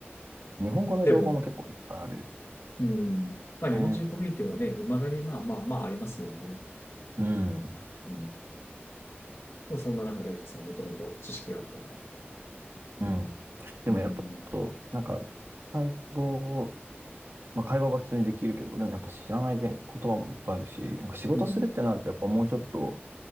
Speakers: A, on the right (about 70°); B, on the left (about 80°).
A: 日本語の情報も結構いっぱいある。
B: でも、うん。まあ日本人コミュニティはね、
A: ね。
B: 未だにまあまあまあありますもんね。
A: うん。
B: うん。でもそんな中で岡さんもともと知識があったから。
A: うん。でもやっぱ、
B: うん。
A: と、なんか、タ語まあ、会話は普通にできるけど、でもやっぱ知らない言言葉もいっぱいあるし、なんか仕事するってなると、
B: うん。
A: やっぱもうちょっと